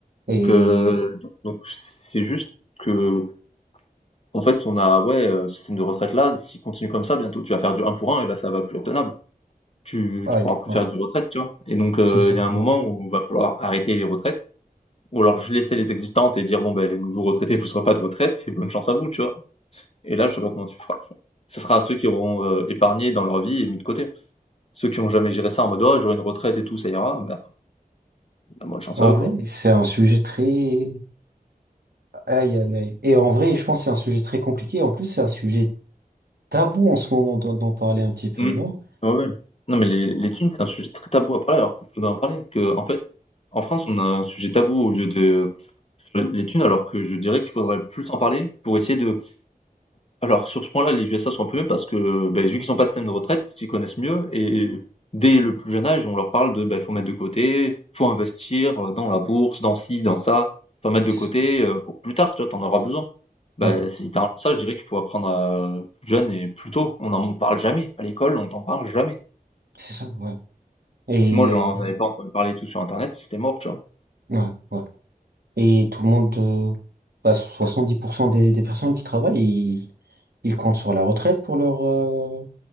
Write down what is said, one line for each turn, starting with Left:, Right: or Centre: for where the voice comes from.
Right: Et,
Left: Donc, heu, donc donc c'est juste que, en fait, on a ouais, heu, ce système de retraite-là, s'il continue comme ça, bientôt tu vas faire du un pour un et là, ça va plus être tenable. Tu
Right: aïe,
Left: tu pourras plus
Right: ouais,
Left: faire du retraite, tu vois? Et donc, heu,
Right: c'est ça,
Left: il y a un
Right: ouais.
Left: moment où il va falloir arrêter les retraites ou alors je laisser les existantes et dire: «Bon, ben, les nouveaux retraités, vous aurez pas de retraite et bonne chance à vous», tu vois? Et là, je sais pas comment tu feras, tu vois? Ce sera à ceux qui auront, heu, épargné dans leur vie et mis de côté. Ceux qui ont jamais géré ça en mode: «Oh, j'aurai une retraite et tout, ça ira», ben ben, bonne chance
Right: En
Left: à eux,
Right: vrai,
Left: quoi.
Right: c'est un sujet très, aïe, aïe, aïe. Et en vrai, je pense que c'est un sujet très compliqué. En plus, c'est un sujet tabou en ce moment d'en d'en parler un petit peu,
Left: Mmh.
Right: non?
Left: Ah ouais. Non, mais les les thunes, c'est un sujet très tabou à parler, alors qu'il faudrait en parler. Que, en fait, en France, on a un sujet tabou au lieu de sur les thunes, alors que je dirais qu'il faudrait plus en parler pour essayer de alors sur ce point-là, les USA sont un peu mieux parce que, beh, vu qu'ils ont pas de système de retraite, ils s'y connaissent mieux et dès le plus jeune âge, on leur parle de, bah, faut mettre de côté, faut investir, euh, dans la bourse, dans ci, dans ça, faut mettre de
Right: C'est
Left: côté,
Right: ça,
Left: heu, pour plus tard, tu vois? t'en auras besoin. Bah,
Right: ouais,
Left: c'est littéralement ça, je dirais qu'il faut apprendre, heu, plus jeune et plus tôt. On n'en parle jamais. À l'école, on t'en parle jamais.
Right: c'est ça, ouais. Et,
Left: Si moi
Right: euh,
Left: j'en avais pas entendu parler tout sur internet, c'était mort, tu vois?
Right: ouais, ouais. Et tout le monde, euh, bah, 70% des, des personnes qui travaillent, ils, ils comptent sur la retraite pour leur, euh,